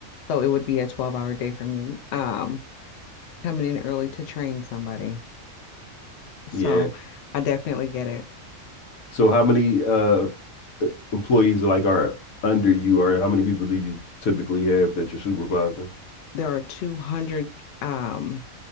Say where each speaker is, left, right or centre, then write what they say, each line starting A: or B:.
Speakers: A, on the left; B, on the left.
A: so it would be a 12 hour day for me, um, coming in early to train somebody. So
B: Yeah.
A: I definitely get it.
B: So how many uh e- employees like are under you or how many people do you typically have that you're supervising?
A: There are 200 um,